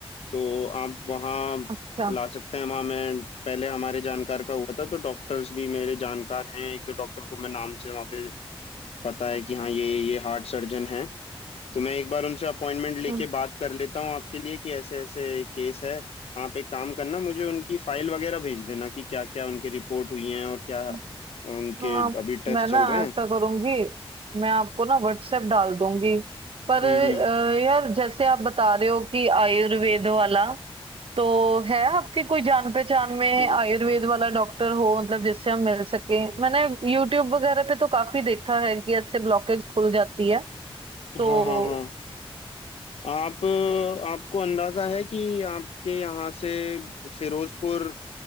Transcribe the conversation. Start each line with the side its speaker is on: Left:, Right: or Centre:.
Left: तो आप वहाँ
Right: अच्छा
Left: ला सकते हैं वहाँ मैं पहले हमारे जानकार का हुआ था तो डॉक्टर्स भी मेरे जानकार हैं एक दो डॉक्टर को मैं नाम से वहाँ पे पता है कि हाँ ये ये हार्ट सर्जन हैं तो मैं एक बार उनसे अपॉइंटमेंट लेके
Right: हम्म,
Left: बात कर लेता हूँ आपके लिए कि ऐसे ऐसे केस है आप एक काम करना मुझे उनकी फाइल वगैरह भेज देना कि क्या क्या उनकी रिपोर्ट हुई है और क्या
Right: हम्म,
Left: उनके
Right: हाँ
Left: अभी टेस्ट
Right: मैं ना
Left: चल रहे
Right: ऐसा
Left: हैं
Right: करूंगी मैं आपको ना व्हाट्सएप डाल दूंगी पर अ,
Left: हम्म
Right: यार जैसे आप बता रहे हो कि आयुर्वेद वाला तो है आपके कोई जान पहचान में
Left: हम्म
Right: आयुर्वेद वाला डॉक्टर हो मतलब जिससे हम मिल सके मैंने यूट्यूब वगैरह पे तो काफी देखा है कि ऐसे ब्लॉकेज खुल जाती है तो
Left: हाँ हाँ हाँ आप आपको अंदाजा है कि आपके यहाँ से फिरोजपुर